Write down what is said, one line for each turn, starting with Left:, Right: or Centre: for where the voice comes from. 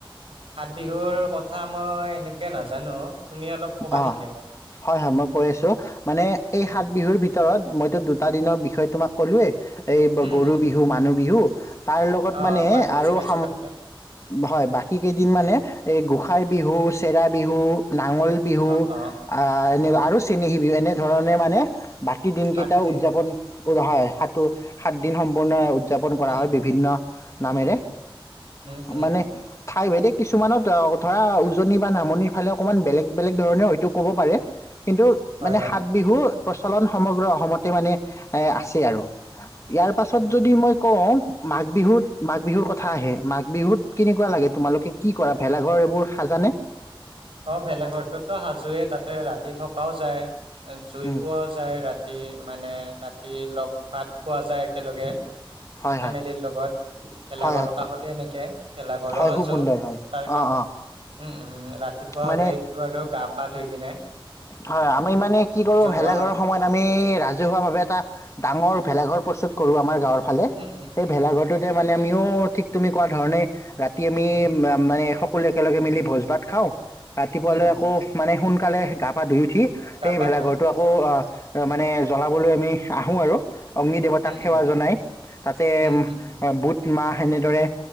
Right: সাত বিহুৰ কথা, মই এনেকে নাজানো। তুমি অলপ ক'বা
Left: অ
Right: নেকি মোক?
Left: হয় হয় মই কৈ আছো মানে এই
Right: উম,
Left: সাত বিহুৰ ভি। ভিতৰত মইতো দুটা দিনৰ বিষয়ে তোমাক ক'লোৱেই। এই
Right: উম,
Left: গৰু
Right: উম, উম,
Left: বিহু, মানুহ বিহু তাৰ লগত
Right: অ',
Left: মানে
Right: মই বুজি
Left: আৰু
Right: পাইছো
Left: <inaudible>
Right: ভালকে
Left: হয় বাকী কেইদিন মানে এই গোস। সাই বিহু, চেৰা বিহু, নাঙল। বিহু
Right: অ', অ',
Left: আহ এনেকুৱা
Right: অ',
Left: আৰু চেনেহী বিহু এনে। ধৰণে মানে। বাকী দিনকেইটাও
Right: সাত দিন
Left: উৎযাপন। উ হয় সাতটো সাত। দিন সম্পূৰ্ণ উৎযাপন কৰা
Right: উম,
Left: হয়
Right: উম,
Left: বিভিন্ন। নামেৰে।
Right: উম, উম,
Left: মানে
Right: উম,
Left: ঠাই ভেদিক। কিছুমানত অ ধৰা উজনি বা নামনিৰ ফালে অকণমান বেলেগ। বেলেগ ধৰণে হয়তো ক'ব পাৰে। কিন্তু
Right: হয়,
Left: মানে
Right: হয়,
Left: সাত বিহুৰ। প্ৰচলন সমগ্ৰ অসমতে মানে এ আছে আৰু। ইয়াৰ পাছত
Right: উম, উম,
Left: যদি মই কওঁ। মাঘ বিহুত মাঘ বিহুৰ কথা আহে মাঘ বিহুত কিনি। কেনেকুৱা লাগে তোমালোকে
Right: উম।
Left: কি কৰা? ভেলাঘৰ এইবোৰ সাজানে?
Right: অ ভেলাঘৰটোতো সাজোৱে তাতে ৰাতি থকাও যায়। জুই
Left: উম
Right: পোৱাও যায় ৰাত ৰাতিয়ে মানে ৰাতি লগ ভাত খোৱা যায় একেলগে।
Left: হয়
Right: ফেমিলিৰ
Left: হয়
Right: লগত ভেলাঘৰৰ
Left: হয় হয়
Right: কাষতে এনেকে পেলাঘৰো
Left: হয়
Right: সাজো
Left: খুব সুন্দৰ হয়
Right: তাৰ কাষত
Left: অ অ
Right: উম উম ৰাত পুৱা হ'লেইটো
Left: মানে
Right: আৰু গা পা ধুই কিনে,
Left: হয় আমি মানে কি কৰো
Right: জ্বলোৱা
Left: ভেলাঘৰৰ
Right: হয়।
Left: সময়ত আমি ৰাজহুৱা ভাবে এটা ডাঙৰ ভেলাঘৰ প্ৰস্তুত কৰো আমাৰ গাঁৱৰ ফালে
Right: উম, উম,
Left: সেই
Right: উম,
Left: ভেলাঘৰটোতে
Right: উম,
Left: মানে আমি থিওওওও ঠিক তুমি কোৱা ধৰণে ৰাত তিআমি
Right: উম,
Left: মা মানে এক শক সকলে একেলগে মিলি ভোজ ভাত খাওঁ। ৰাতিপুৱালৈ
Right: উম, উম,
Left: আকৌ মানে সোন কালেহে গাপ আদি। উঠি
Right: গা
Left: সেই
Right: পা
Left: ভেলাঘৰটো
Right: ধুই।
Left: আকৌ আ অ মানে জ্বলাবলৈ আমি আহো আৰু অগ্নি দেৱতাক
Right: উম,
Left: সেৱা
Right: উম,
Left: জনাই তাতে
Right: উম, উম, উম,
Left: বুট মাহ এনেদৰে,